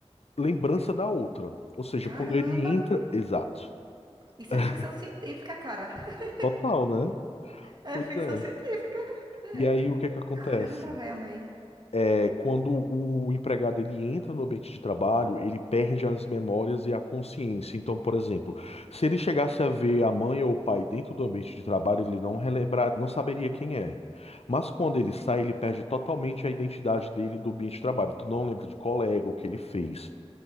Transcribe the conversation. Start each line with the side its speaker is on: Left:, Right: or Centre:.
Left: lembrança da outra. Ou seja,
Right: caramba!
Left: quando ele entra. Exato.
Right: Isso
Left: <laughs>
Right: é ficção científica, cara. <laughs>
Left: Total, né?
Right: É
Left: Pois
Right: ficção
Left: é.
Right: científica. É.
Left: E aí o que é que acontece?
Right: Caramba, velho, amei.
Left: É quando o empregado ele entra no ambiente de trabalho, ele perde as memórias e a consciência. Então, por exemplo, se ele chegasse a ver a mãe ou o pai dentro do ambiente de trabalho, ele não relembrar, não saberia quem é. Mas quando ele sai, ele perde totalmente a identidade dele do ambiente de trabalho. Tu não lembra de colega, o que ele fez.